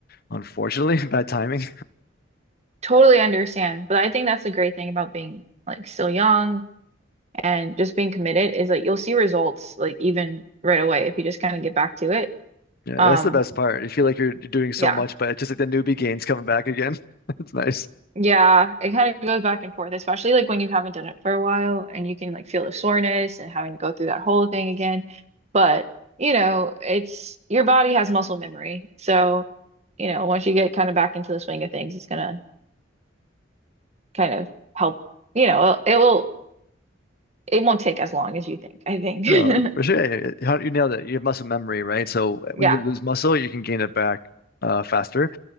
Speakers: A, on the left; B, on the right.
A: unfortunately. <laughs> Bad timing.
B: totally understand. But I think that's the great thing about being like still young and just being committed is like you'll see results like even right away if you just kind of get back to it.
A: Yeah,
B: Um,
A: that's the best part. You feel like you're doing so
B: yeah.
A: much, but it's just like the newbie gains coming back again. <laughs> It's nice.
B: Yeah, it kind of goes back and forth, especially like when you haven't done it for a while and you can like feel the soreness and having to go through that whole thing again. But, you know, it's your body has muscle memory. So, you know, once you get kind of back into the swing of things, it's gonna kind of help, you know, it will it won't take as long as you think, I think.
A: No,
B: <laughs>
A: for sure. You you nailed it. You have muscle memory, right? So
B: Yeah.
A: when you lose muscle, you can gain it back uh, faster.